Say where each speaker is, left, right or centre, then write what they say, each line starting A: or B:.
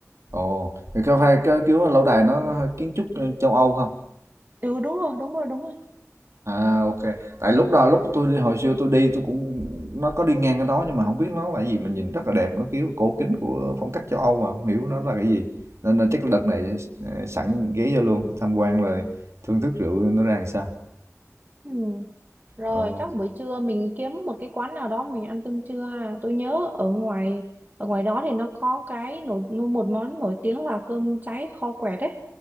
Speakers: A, on the right; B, on the right.
A: Ồ, thì có phải cái kiểu lâu đài nó hơi kiến trúc châu Âu không?
B: Ừ đúng rồi, đúng rồi, đúng rồi.
A: À ok, tại lúc đó lúc tôi đi hồi xưa tôi đi tôi cũng nó có đi ngang cái đó nhưng mà không biết nó là gì mình nhìn rất là đẹp nó kiểu cổ kính của phong cách châu Âu mà không hiểu nó là cái gì nên là chắc là đợt này ờ, sẵn ghé vô luôn tham quan rồi thưởng thức rượu nó ra làm sao.
B: Ừ. Rồi
A: Ồ,
B: chắc buổi trưa mình kiếm một cái quán nào đó mình ăn cơm trưa ha. Tôi nhớ ở ngoài ở ngoài đó thì nó có cái nổi nu- một món nổi tiếng là cơm cháy kho quẹt đấy.